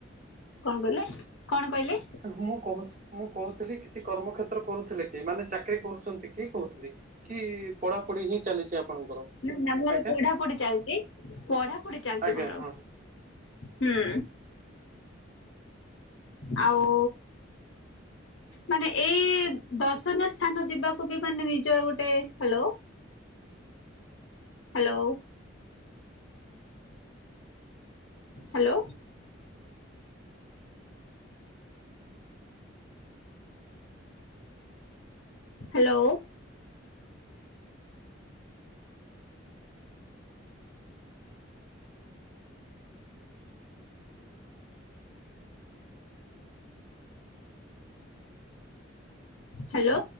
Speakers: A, on the left; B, on the right.
A: କଣ କହିଲେ କଣ କହିଲେ?
B: ମୁଁ କହୁ ମୁଁ କହୁଥିଲି କିଛି କର୍ମ କ୍ଷେତ୍ର କରୁଥିଲେ କି ମାନେ ଚାକିରି କରୁଛନ୍ତି କି କହୁଥିଲି। କି ପଢାପଢି ହିଁ ଚାଲିଛି ଆପଣଙ୍କର।
A: ନା ନା ମାନେ
B: ଆଜ୍ଞା
A: ପଢାପଢି ଚାଲିଛି ପଢାପଢି ଚାଲିଛି
B: ଆଜ୍ଞା
A: ମୋର
B: ହଁ।
A: ହୁଁ। ଆଉ। ମାନେ ଏଇ ଦର୍ଶନୀୟ ସ୍ଥାନ ଯିବାକୁ ବି ମାନେ ନିଜର ଗୋଟେ hello. Hello. Hello. Hello. Hello.